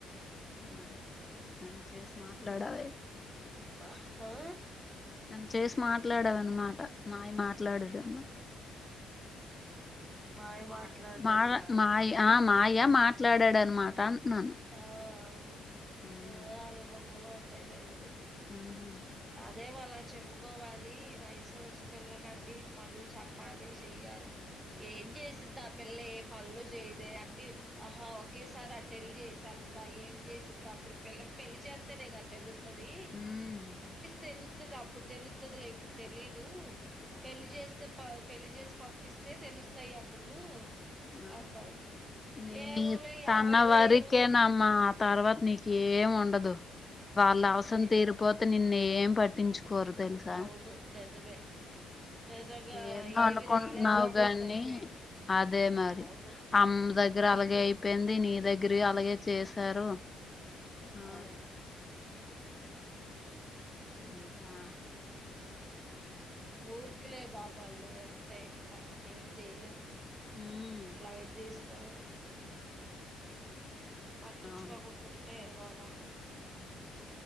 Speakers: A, on the left (about 20°); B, on the right (about 15°).
A: మరే నాన్ చేసి మాట్లావే
B: ఆహా
A: నన్ను చేసి మాట్లాడావన్నమాట మాయ మాట్లాడాడున్ను
B: మాయ
A: మా
B: మాట్లాడినప్పుడా
A: మా మాయ మాయ మాట్లాడాడనమాట అంటున్నాను
B: ఆ అవును
A: హ్మ్
B: ఏ ఆలు మొక్కలు మాట్లాడాడు
A: ఊహు
B: అదే అలా చెప్పుకోవాలి వయసు వచ్చు పిల్ల కండి పనులు చెప్పాలి చెయ్య <unintelligible> ఏం చేసింది ఆ పిల్ల ఏ పనులు చేయదే అన్ని ఆహా ఒకేసార్ ఆ టళ్లి చేస వా ఏం చేసిందో అప్పుడు పిల్లకి పెళ్లి చేస్తేనే కద తెలుతుది
A: హ్మ్
B: తెలుతుంది అప్పుడు తెలుతుంది ఇప్పుడు తెలీదు పెళ్లి చేస్తే పెళ్లి చే పలి ఇస్తే తెలుస్తాయి అప్పుడు
A: న
B: అన్నాడు ఏమోలే
A: తన
B: ఎవరైనా
A: వరకే
B: ఏముంది
A: నమ్మ తర్వాత నీకు ఏం ఉండదు వాళ్ళ అవసరం
B: అదే
A: తీరిపోతే నిన్ను ఏం పట్టించు కోరు తెలుసా
B: అవును నిజమే నిజంగా
A: ఏమో
B: ఏవి
A: అనుకుంటున్నావు
B: రాలేదు కాబట్టి
A: గాని
B: సరిపోయింది
A: అదే మరి
B: అవును
A: ఆమ్ దగ్గర అలాగే అయిపోయింది నీ దగ్గర అలాగే చేశారు ఆ
B: అదే ఉమ్,
A: ఇంకా
B: మూర్ఖులే బాబల్లో ఎంత ఇంకా ఏం చేయలేవు
A: ఉమ్
B: లైట్ తీసుకోడమే పట్టించుకోకుండా
A: అవును
B: ఉంటే ఎవోల ఉండదు